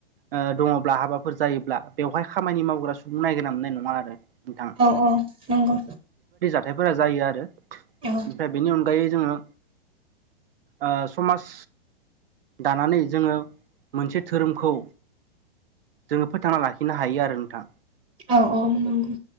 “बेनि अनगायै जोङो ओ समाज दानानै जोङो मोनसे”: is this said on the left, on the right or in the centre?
Right